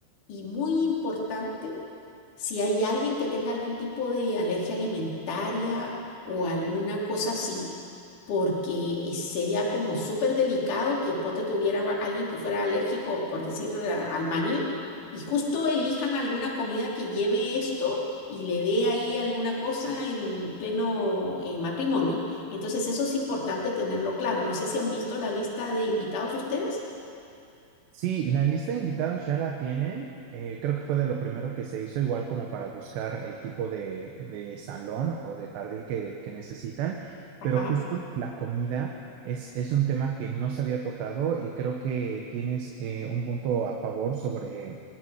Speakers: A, on the left; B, on the right.
A: y muy importante, si hay alguien que tenga algún tipo de alergia alimentaria o alguna cosa así, porque eh, sería como súper delicado que ponte tuviera alguien que fuera alérgico, por decir, a- al maní. Y justo elijan alguna comida que lleve esto y le dé ahí alguna cosa en pleno eh, matrimonio. Entonces, eso es importante tenerlo claro. No sé si han visto la lista de invitados ustedes.
B: Sí, la lista de invitados ya la tienen. eh, creo que fue de lo primero que se hizo, igual como para buscar el tipo de, de salón o de jardín que, que necesitan.
A: Ajá.
B: Pero justo la comida es, es un tema que no se había tocado y creo que tienes eh, un punto a favor sobre